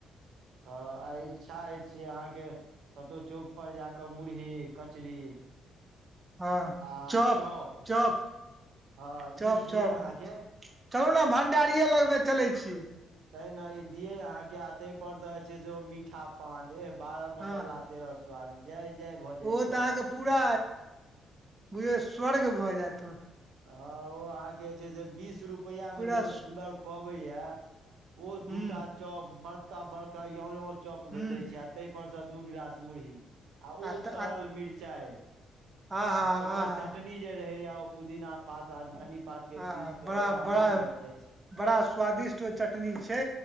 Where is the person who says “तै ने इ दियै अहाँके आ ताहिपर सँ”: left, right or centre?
Right